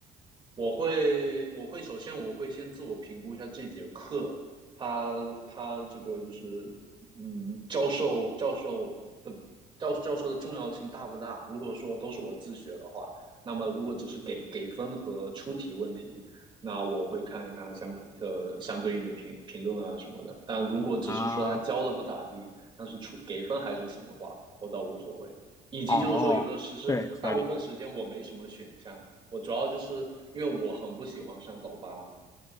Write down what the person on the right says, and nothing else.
我会我会首先我会先自我评估一下这节课，他他这个就是嗯教授教授的教教授的重要性大不大？如果说都是我自学的话，那么如果只是给给分和出题问题，那我会看一看相呃相对应的评评论啊什么的。但如果只是说他教的不咋地，
但是出给分还是行的话，我倒无所谓。以及就是说，
有的其实大部分时间我没什么选项，
我主要就是因为我很不喜欢上早八。